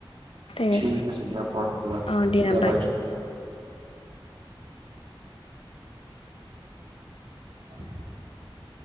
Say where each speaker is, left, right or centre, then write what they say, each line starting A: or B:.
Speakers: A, on the left; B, on the right.
A: ঠিক আছে।
B: নকৈছে দিয়া পৰা
A: অ', দিয়া
B: চতিয়া বাই। <unintelligible>